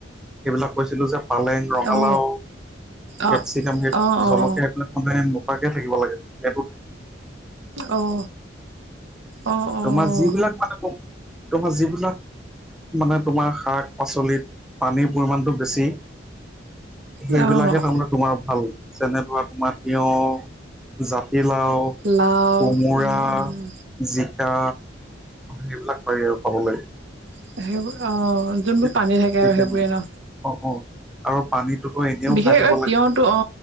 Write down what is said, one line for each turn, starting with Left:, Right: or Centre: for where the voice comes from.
Centre: সেইবিলাক কৈছিলো যে পালেং ৰঙালাও
Right: অ অ
Centre: কেপচিকাম
Right: অ
Centre: জলকীয়া
Right: অ
Centre: এইবিলাক মানে নোখোৱাকে থাকিব লাগে <unintelligible>
Right: অ
Centre: <unintelligible>
Right: অ অ
Centre: তোমাৰ যিবিলাক মানে কম তোমাৰ যিবিলাক মানে তোমাৰ শাক পাচলিত পানীৰ পৰিমাণতটো বেছি সেইবিলাকে
Right: অ',
Centre: হে তাৰমানে তোমাৰ ভাল যেনে ধৰা তোমাৰ তিয়হ জাতিলাও
Right: লাও
Centre: কোমোৰা
Right: উম, উম,
Centre: জিকা সেইবিলাক পাৰি আৰু খাবলৈ
Right: সেইবোৰ অ যোনবোৰ
Centre: <unintelligible>
Right: পানী থাকে আৰু সেইবোৰে
Centre: মানে
Right: ন।
Centre: অ অ আৰু পানীটোতো এনেও
Right: বিশেষকৈ
Centre: খাই থাকিব লাগে
Right: তিয়হ তো অ